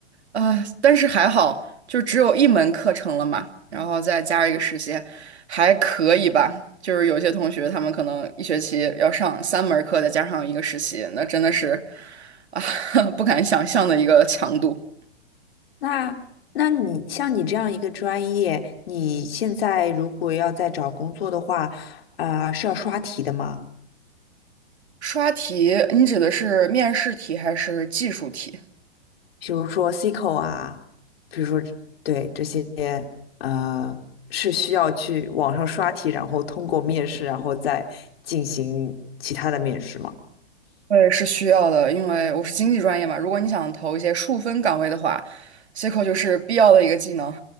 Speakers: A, on the right; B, on the left.
A: 啊，但是还好，就只有一门课程了嘛，然后再加上一个实习，还可以吧。就是有些同学他们可能一学期要上三门课，再加上一个实习，那真的是啊，<laughs> 不敢想象的一个强度。
B: 那那你像你这样一个专业，你现在如果要再找工作的话，啊、是要刷题的吗？
A: 刷题，你指的是面试题还是技术题？
B: 比如说 SQL 啊，比如说对这些呃是需要去网上刷题，然后通过面试，然后再进行其他的面试吗？
A: 我也是需要的，因为我是经济专业嘛。如果你想投一些数分岗位的话，SQL 就是必要的一个技能。